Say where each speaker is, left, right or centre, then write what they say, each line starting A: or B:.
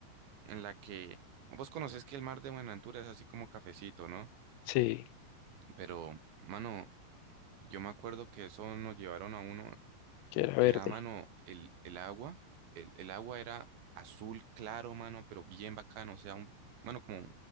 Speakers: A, on the right (about 85°); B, on the left (about 80°).
A: en la que vos conocés que el mar de Buenaventura es así como cafecito, ¿no?
B: Sí,
A: Pero, mano, yo me acuerdo que eso nos llevaron a uno
B: que era verde.
A: que era, mano, el, el agua, el, el agua era azul claro, mano, pero bien bacano, o sea, un, mano, como,